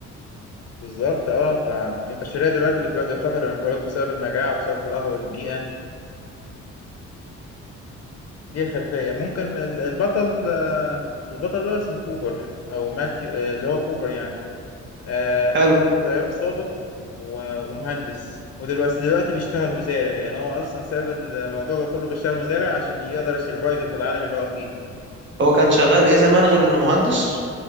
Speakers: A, on the left (about 50°); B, on the right (about 40°).
A: بالظبط اه فالبشرية دلوقتي بتواجه خطر الانقراض بسبب المجاعة وبسبب تدهور البيئة دي الخلفية ممكن ال- البطل آه، البطل بقى اسمه كوبر أو ماثيو آه، اللي هو كوبر يعني آه،
B: حلو
A: طيار سابق و- ومهندس ودلوقتي دلوقتي بيشتغل مزارع يعني هو أصلا ساب الموضوع ده كله بيشتغل مزارع عشان يقدر يسرفايف في العالم اللي هو فيه
B: هو كان شغال ايه زمان غير انه مهندس